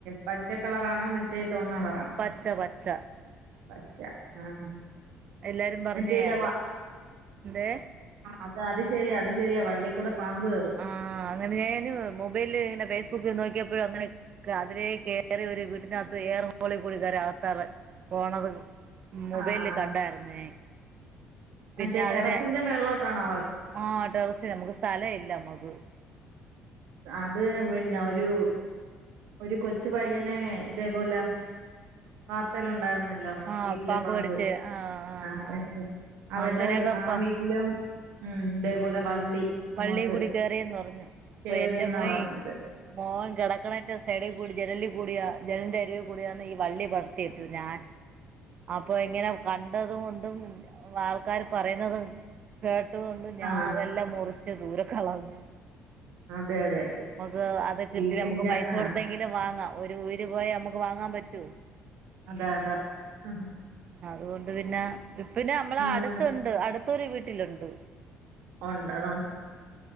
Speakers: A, on the right; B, on the right.
A: പച്ചക്കളറാണോ മറ്റേ ചുവന്ന കളറാണോ
B: പച്ച പച്ച
A: പച്ച ആഹ്
B: എല്ലാരും പറഞ്ഞ
A: മറ്റേല്ല
B: കാര്യം
A: വ
B: എന്തേ
A: ആഹ് അത് ശരിയാ അത് ശരിയാ വള്ളിയിൽ കൂടെ പാമ്പ് കേറും
B: ആ അങ്ങനെ ഞാന് മൊബൈല് ഇങ്ങനെ ഫേസ്ബുക്ക് നോക്കിയ പ്പൊ അങ്ങനെ അതിലേ കയറി ഒരു വീട്ടിനകത്ത് ഏയർ ഹോളിൽകൂടി അകത്തിറങ്ങി പോണത് മൊബലില്
A: ആഹ്
B: കണ്ടായിരുന്നു ഞാൻ പിന്നെ
A: മറ്റേ
B: അതിനെ
A: ടെറസിന്റെ മേളിലോട്ടാണോ വളർത്തുന്നത്
B: ആ ടെറസിൽ നമുക്ക് സ്ഥലം ഇല്ല നമ്മക്ക്
A: അത് പിന്നെ ഒരു ഒരു കൊച്ചു പയ്യനെ ഇതേപോലെ വാർത്തയിലുണ്ടായിരുന്നല്ലോ
B: ആഹ്
A: വീട്ടില് പാമ്പ്
B: കടിച്ച് ആഹ് ആഹ്
A: ആ കട്ച്ചെ
B: ആഹ്
A: അവര്ടെ
B: അങ്ങനെയൊക്കെപ്പ
A: വീ ആ വീട്ടിലും ഉം ഇതേപോലെ വള്ളി അങ്ങോട്ട്
B: വള്ളീ കൂടി കേറിയെന്ന് പറഞ്ഞു അപ്പൊ
A: കേറിയെന്നാ
B: എന്റെ മോയ്
A: പറഞ്ഞത്
B: മോൻ കെടക്ക്ണയ്ന്റെ സൈഡി കൂടി ജ നലിൽ കൂടിയി ജനലിന്റെ അരികെ കൂടിയാണ് ഈ വള്ളി പടർത്തിയിട്ടിര് ഞാൻ അപ്പൊ ഇങ്ങനെ കണ്ടതു കൊണ്ടും ആൾക്കാര് പറയുന്നതും കേ ട്ടു കൊണ്ടും ഞാൻ
A: ആ
B: അതെല്ലാം മുറിച്ച് ദൂരെ കളഞ്
A: അതെ അതെ അതെ
B: നമുക്ക് അത് കിട്ടി
A: വീട്ടിന്റെ
B: നമുക്ക് പൈസ
A: ആ
B: കൊടുത്തെങ്കിലും വാങ്ങാം. ഒരു ഉയിര് പോയാ നമുക്ക് വാങ്ങാൻ പറ്റോ
A: അതാ അതാ ഇഹ്
B: അതുകൊണ്ട് പിന്നെ പിന്നെ നമ്മളെ അടുത്തുണ്ട്
A: അങ്ങനെ
B: അടുത്തൊരു വീട്ടിലുണ്ട്.
A: ഒണ്ടാ
B: ഉം